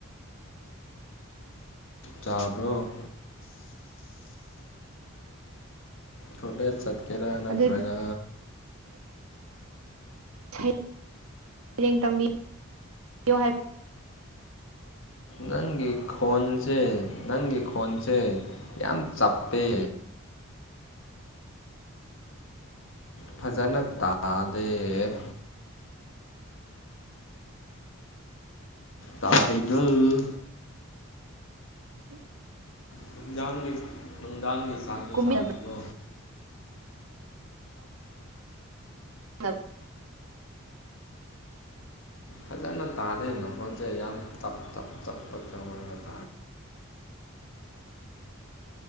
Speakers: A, on the left; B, on the right.
A: ꯆꯥꯕ꯭ꯔꯣ꯫ ꯀꯣꯂꯦꯖ ꯆꯠꯀꯦꯔꯥ ꯅꯠꯇ꯭ꯔꯒ꯫
B: ꯑꯗꯨꯗꯤ ꯁꯩ ꯔꯦꯡ ꯇꯝꯕꯤꯌꯨ ꯍꯥꯏ꯫
A: ꯅꯪꯒꯤ ꯈꯣꯟꯁꯦ꯫ ꯅꯪꯒꯤ ꯈꯣꯟꯁꯦ ꯌꯥꯝ ꯆꯞꯄꯦ꯫ ꯐꯖꯅ ꯇꯥꯗꯦ꯫ ꯇꯥꯔꯤꯕꯔꯥ꯫
B: <unintelligible>
A: ꯅꯨꯡꯗꯥꯡꯒꯤ ꯅꯨꯡꯗꯥꯡꯒꯤ ꯆꯥꯡꯗꯨ
B: ꯀꯨꯝꯃꯤꯟꯅꯕ
A: ꯆꯥꯔꯕꯣ꯫
B: <inaudible>
A: ꯐꯖꯅ ꯇꯥꯗꯦ ꯅꯈꯣꯟꯁꯦ ꯌꯥꯝ ꯇꯞ ꯇꯞ ꯇꯞ ꯇꯔꯒ꯫